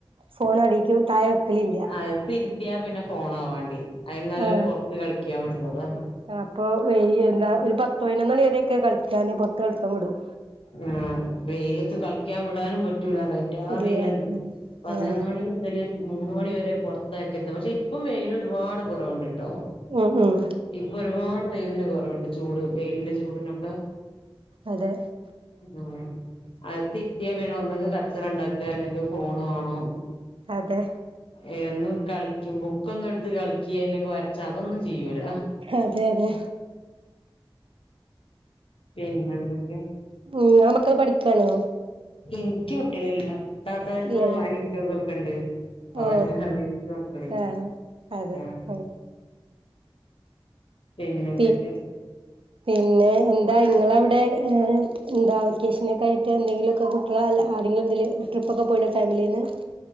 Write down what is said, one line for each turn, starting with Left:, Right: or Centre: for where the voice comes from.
Right: ഫോൺ അടിക്കോ താഴെ വെക്കലില്ല
Left: അകത്തി ഇര്ത്തിയാ പിന്നെ ഫോണാ വാണ്ടിയെ അയിനും നല്ലത്
Right: ആഹ്
Left: പൊറത്ത് കളിക്കാൻ വിടുന്നത
Right: അപ്പൊ വെയ് എന്താ ഒരു പത്ത് പതിനൊന്ന് മണി വരേയൊക്കെ കളിക്കാന് പൊറത്ത് കളിക്കാം വിടും
Left: ആ വെയിലത്ത് കളിക്കാൻ വിടാനും പറ്റൂല ലെ രാ
Right: ഇല്ല
Left: വെയിലല്ലെ പതിനൊന്ന്
Right: ആഹ്
Left: മണി മുതല് മൂന്ന് മണി വരെ പൊറത്തയക്കര്ത് പക്ഷെ ഇപ്പം വെയില് ഒരുപാട് കൊറവുണ്ട് ട്ടോ.
Right: ആ ആഹ്
Left: ഇപ്പൊ ഒരുപാട് വെയിലിന് കൊറവ്ണ്ട് ചൂട് വെയിലിന്റെ ചൂടിനൊക്കെ
Right: അതെ
Left: ആഹ് അകത്തിരിത്തിയ പിന്നെ ഒന്നക്ക് കച്ചറ ഇണ്ടാക്ക അല്ലെങ്കി ഫോൺ വാണോം.
Right: അതെ
Left: ഏ ഒന്നും കളിക്കും ബുക്കൊന്നും ഇട്ത്ത് കളിക്കെ അല്ലെങ്കി വരച്ച അതൊന്നും ചെയ്യൂല
Right: അതെ അതെ
Left: പിന്നെന്തക്കെ?
Right: മ് ഇങ്ങളെ മക്കള് പഠിക്കണോ?
Left: ഇൻക്ക് കുട്ടിയാളില്ല. താത്തർക്കും
Right: ഇല്ലല്ലേ
Left: അനിയത്തിയാക്കൊക്കെണ്ട്
Right: ഓ
Left: ഓരാ <unintelligible> ഇൻക്ക് മക്കളില്ല
Right: ആഹ് അതെ
Left: ഉം
Right: അങ്ങ
Left: പിന്നെന്തക്കെ?
Right: പി പിന്നെ എന്താ ഇങ്ങള ഔടെ എന്താ വെക്കേഷന് ഒക്കെ ആയിട്ട് എന്തെങ്കിലും. കൊ കുട്ട്യേള് അല്ല ആരെങ്കിലും എന്തേലു ട്രിപ്പൊക്കെ പോയിണൊ ഫേമിലിന്ന്.